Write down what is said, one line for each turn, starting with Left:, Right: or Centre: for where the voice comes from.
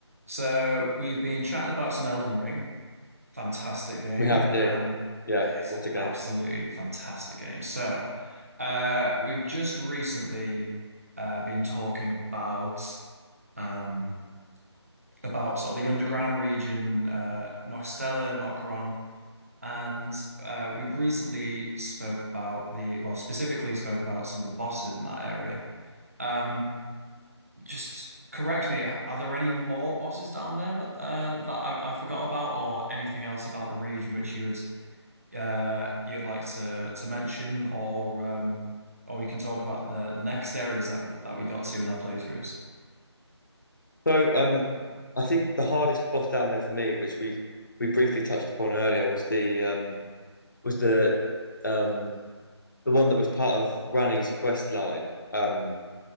Right: So we've been chatting about some Elden Ring. Fantastic game.
Left: We have indeed.
Right: Um,
Left: Yeah,
Right: yes,
Left: what a game.
Right: absolutely fantastic game. So uh, we've just recently uh, been talking about um, about sort of the underground region, uh, Noxtella, Nokron, and uh, we've recently spoke about the well, specifically spoke about some of the bosses in that area. Um, just correct me. h- Are there any more bosses down there that uh that I, I forgot about, or anything else about the region which you would uh you'd like to to mention, or um or we can talk about the the next areas that w that we got to in our playthroughs.
Left: So, um, I think the hardest boss down there for me, which we we briefly touched upon earlier, was the um was the um the one that was part of Rani's quest line. Um,